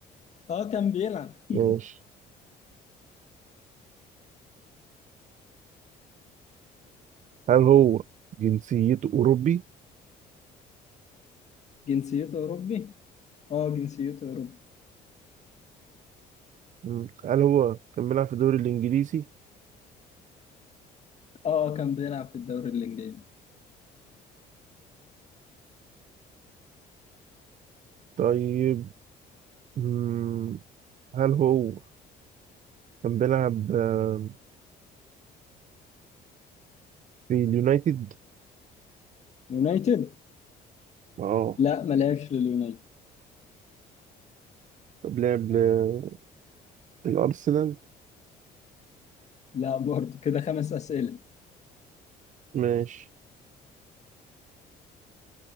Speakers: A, on the left; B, on the right.
A: اه كان بيلعب <laughs>
B: ماشي هل هو جنسيته أوروبي؟
A: جنسيته أوروبي؟ اه جنسيته أوروبي
B: مم. هل هو كان بيلعب في الدوري الإنجليزي؟
A: اه كان بيلعب في الدوري الإنجليزي
B: طيب مم. هل هو كان بيلعب آه، في اليونايتد؟
A: يونايتد؟
B: اه
A: لا ما لعبش لليونايتد
B: طب لعب ل- الأرسنال
A: لا برضه كده خمس أسئلة
B: ماشي